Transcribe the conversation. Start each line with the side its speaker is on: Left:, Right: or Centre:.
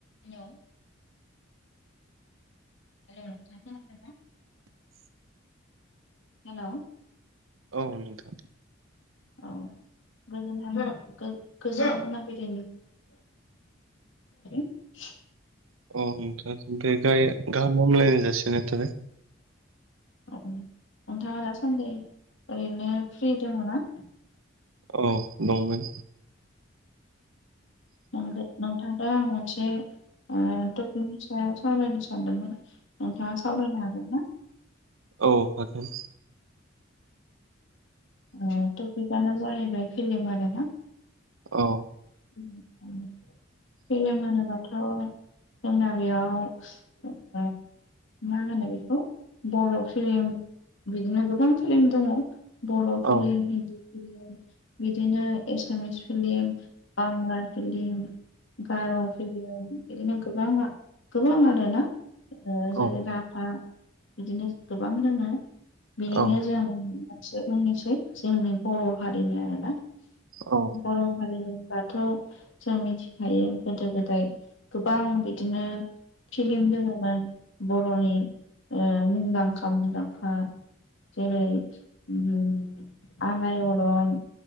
Left: हेल हेल नोंथां खोनादोंना।
Right: <unintelligible> <inaudible>
Left: हेल'
Right: औ नोंथां।
Left: औ गोजोन मोनाबिलि <unintelligible>
Right: अ नोंथांसिमबो गाय- गाहाम हामलायनाय जासि हरबाय।
Left: औ नोंथाङा दासान्दि ओरैनो फ्रि दङ ना।
Right: औ दंमोन।
Left: नोदों नोंथांदो आं मोनसे ओ ट पिकनि सायाव सावरायनो सानदोंमोन नोंथाङा सावरायनो हागोन ना?
Right: औ हागोन।
Left: अ टपिकयानो जाहैबाय फिलिम आरोना।
Right: औ
Left: उम उम फिलिम होनोबाथ' जोंना बेयाव ओ मा होनो बेखौ बर' फिलिम बिदिनो गोबां फिलिम दङ। बर' फिलिम
Right: औ
Left: हिन्दी फिलिम बिदिनो एसामिस फिलिम बांला फिलिम गार' फिलिम बिदिनो गोबां गोबां आरोना। ओ जेरै
Right: औ
Left: राभा बिदिनो गोबां दोङो बिनिनो
Right: औ
Left: जों से बुंनोसै जोंनि बर' हारिनि आरोना
Right: औ
Left: बर'हारि थ जों मिथिखायो गोदो गोदाय गोबां बिदिनो फिलिम दोङोमोन बर'नि ओ मुंदांखा मुंदांखा। जेरै उम आलायअरन